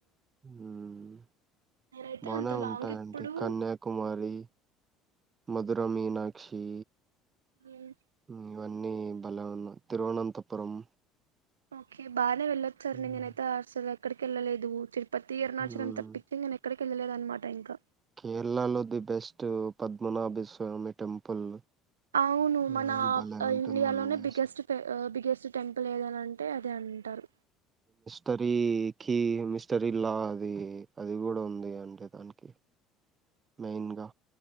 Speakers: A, on the right (about 30°); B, on the right (about 75°).
A: ఉమ్
B: నేనైతే
A: బానే
B: అంత లాంగ్
A: ఉంటాయండి
B: ఇప్పుడు
A: కన్యాకుమారి మధుర మీనాక్షి
B: ఉమ్,
A: ఉమ్ ఇవన్నీ బలన్నా తిరువనంతపురం
B: ఓకే బాయ్ అ వెళ్ళచ్చార్
A: ఉమ్,
B: నేనయితే ఆస్టల్ కి ఇక్కడికెళ్ళలేదు ఊరికే <inaudible> ప్రతి ఇయర్ అరుణాచలం
A: ఉమ్.
B: తప్పించి నేను ఎక్కడికి వెళ్ళలేదన్నమాట ఇంకా
A: కేరళలో the best Padmanabha Swamy temple
B: అవును
A: ఆ
B: మన
A: భలే ఉంటుందండి
B: ఇండియాలోనే బిగ్గెస్ట్
A: అసలు
B: పె బిగ్గెస్ట్ చెప్పలేదని అంటే అది అంటారు
A: టరీ కీ మిస్టరీ లా అది అది కూడా ఉంది అండి దానికి మెయిన్గా